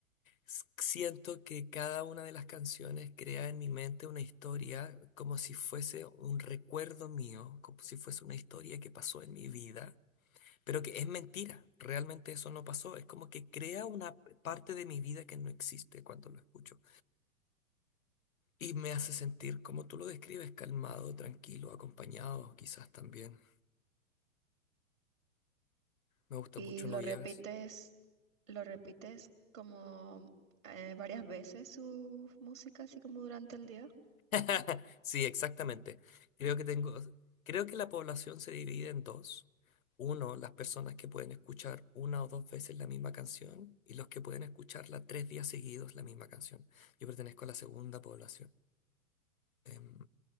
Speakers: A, on the left (about 75°); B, on the right (about 70°).
A: S- Siento que cada una de las canciones crea en mi mente una historia como si fuese un recuerdo mío, como si fuese una historia que pasó en mi vida Pero que es mentira, realmente eso no pasó. Es como que crea una parte de mi vida que no existe cuando lo escucho. Y me hace sentir, como tú lo describes, calmado, tranquilo, acompañado, quizás también. Me gusta
B: Y
A: mucho
B: lo
A: No Llaves.
B: repites, lo repites como eh, varias veces su música, así como durante el día.
A: <laughs> Sí, exactamente. Creo que tengo, creo que la población se divide en dos. Uno, las personas que pueden escuchar una o dos veces la misma canción y los que pueden escucharla tres días seguidos la misma canción. Yo pertenezco a la segunda población. Em,